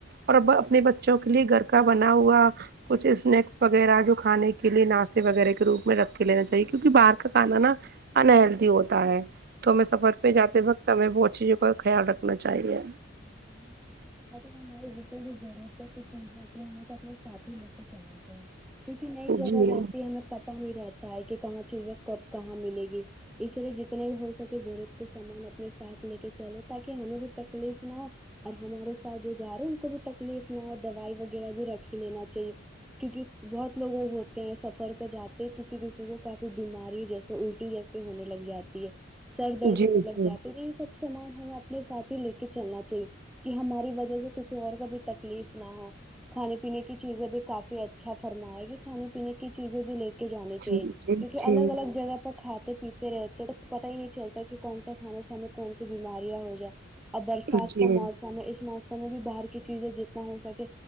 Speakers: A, on the right (about 50°); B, in the centre.
A: اور آپ اپنے بچوں کے لیے گھر کا بنا ہوا کچھ اسنیکس وغیرہ جو کھانے کے لیے ناشتے وغیرہ کے روپ میں رکھ کے لینا چاہیے کیونکہ باہر کا کھانا نا ان ہیلتھی ہوتا ہے تو ہمیں سفر پہ جاتے وقت ہمیں بہت چیزوں کا خیال رکھنا چاہیے
B: <unintelligible> تو ہماری جتنے بھی <unintelligible> جڑت ہے چ ہوتی ہے ہم تو اپنے سات ہی لے کے چلتے ہیں کیونکہ نئی جگہ
A: جی
B: رہتی ہمیں پتا نہیں رہتا ہے کہ کہاں چیزیں کب کہاں ملے گی اس لیے جتنے بھی ہو سکے ضرورت کے سامان اپنے ساتھ لے کے چلے تاکہ ہمیں بھی تکلیف نہ اور ہمارے ساتھ جو جا رہے ان کو بھی تکلیف نہ ہو دوائی وغیرہ بھی رکھ لینا چاہیے کیونکہ بہت لوگ ہوتے ہیں سفر پہ جاتے ہیں کسی بھی وہ کافی بیماری جیسے الٹی جی سی ہونے لگ جاتی ہے سر درد
A: جی
B: ہونے
A: جی
B: لگ جاتی تو یہ سب سامان ہمیں اپنے ساتھ ہی لے کہ چلنا چاہیے کہ ہماری وجہ سے کسی اور کو بھی تکلیف نہ ہو کھانے پینے کی چیزیں بھی کافی اچھا فرمائے گی کھانے پینے کی چیزیں بھی ل کے جانے چاہیے
A: جی جی
B: کیونکہ الگ الگ جگہ پر کھاتے پیتے رہتے تو پتا ہی نہیں چلتا کہ کون سا کھانے سانے کون سی بیماریاں ہو جا اب برسات
A: جی
B: کا موسم ہے اس موسم میں بھی باہر کی چیزیں جتنا ہو سکے